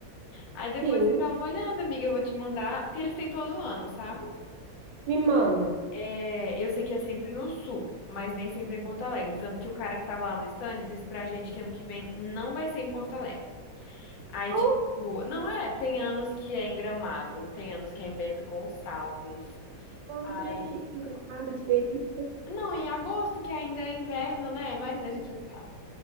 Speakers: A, on the left; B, on the right.
A: Aí depois
B: Sim,
A: você dá uma olhada, amiga, eu vou te mandar, porque eles têm todo ano, sabe?
B: me manda.
A: É, eu sei que é sempre no sul, mas nem sempre é em Porto Alegre. Tanto que o cara que tava lá no stand disse pra gente que ano que vem não vai ser em Porto Alegre. Aí,
B: Oh,
A: tipo, não é, tem anos que é em Gramado, tem anos que é em Bento Gonçalves.
B: meu
A: Aí,
B: Deus, que delicado, que delícia.
A: não, em agosto, que ainda é inverno, né? Imagina a gente assim, ó.